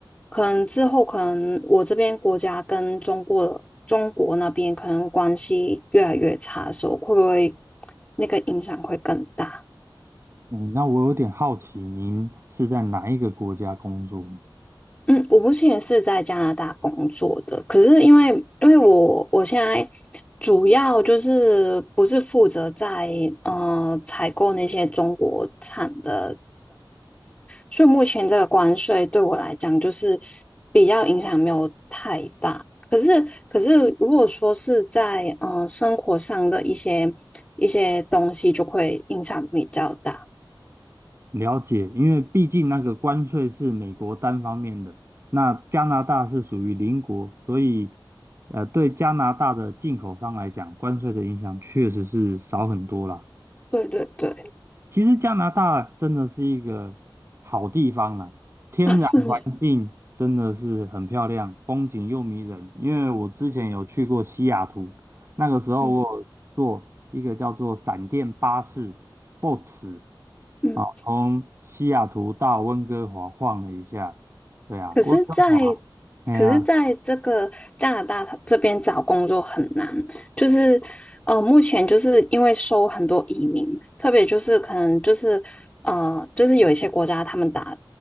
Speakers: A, on the left (about 15°); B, on the right (about 30°).
A: 可能之后可能我这边国家跟中国中国那边可能关系越来越差的时候，会不会那个影响会更大？
B: 嗯，那我有点好奇，您是在哪一个国家工作？
A: 嗯，我目前也是在加拿大工作的，可是因为因为我我现在主要就是不是负责在呃采购那些中国产的，所以目前这个关税对我来讲就是比较影响没有太大。可是可是如果说是在嗯、呃生活上的一些一些东西，就会影响比较大。
B: 了解，因为毕竟那个关税是美国单方面的，那加拿大是属于邻国，所以，呃，对加拿大的进口商来讲，关税的影响确实是少很多啦。
A: 对对对，
B: 其实加拿大真的是一个好地方啊，
A: <laughs>
B: 天然环境真的是很漂亮，
A: 啊，是吗？
B: 风景又迷人。因为我之前有去过西雅图，那个时候我有坐一个叫做闪电巴士
A: 嗯
B: （BOX）
A: 嗯。
B: 啊，从西雅图到温哥华晃了一下。对啊，
A: 可是在，
B: 温哥华，哎呀、
A: 可是在这个加拿大它这边找工作很难，就是呃，目前就是因为收很多移民，特别就是可能就是呃，就是有一些国家他们打